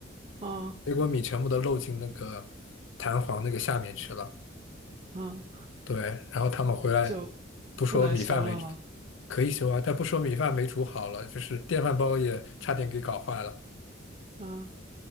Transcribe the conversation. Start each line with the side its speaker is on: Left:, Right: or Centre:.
Right: 嗯
Left: 水果米全部都漏进那个弹簧那个下面去了。
Right: 嗯，
Left: 对，然后他们回来
Right: 就不能修了吗？
Left: 不说米饭没可以修啊，但不说米饭没煮好了，就是电饭煲也差点给搞坏了。
Right: 嗯，